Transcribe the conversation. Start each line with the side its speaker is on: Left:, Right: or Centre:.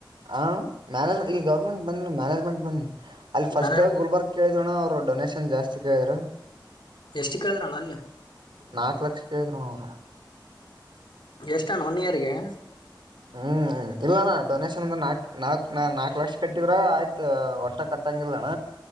Right: ಹ ಮ್ಯಾನೇಜ್ಮ ಇಲ್ಲಿ ಗೌರ್ಮೆಂಟ್ ಬಂದ ಮ್ಯಾನೇಜ್ಮೆಂಟ್ ಬಂದ ಅಲ್ಲಿ ಫಸ್ಟ್
Left: ನಾನೇ
Right: ಗುಲ್ಬರ್ಗ್ ಕೇಳಿದೋಣ ಅವ್ರ ಡೊನೇೇಶನ್ ಜಾಸ್ತಿ ಕೇಳಿದ್ರ
Left: ಎಷ್ಟು ಕೇಳಿದ್ರಣ್ಣ ಅಲ್ಲಿ
Right: ನಾಕ್ ಲಕ್ಷ ಕೇಳಿದ್ರ ನರು
Left: ಎಷ್ಟ ಅಣ್ಣ ಒನ್ ಇಯರಗೆ
Right: ಹ್ಮ್ ಇಲ್ಲಣ್ಣ ಡೊನೇೇಶನ್ ಅಂದ್ರ ನಾಕ್ ನಾಕ ನಾ ನಾಲ್ಕು ಲಕ್ಷ ಕಟ್ಟಿದ್ರ ಆಯ್ತ ಒಟ್ಟ ಕಟ್ಟಂಗಿಲ್ಲಣ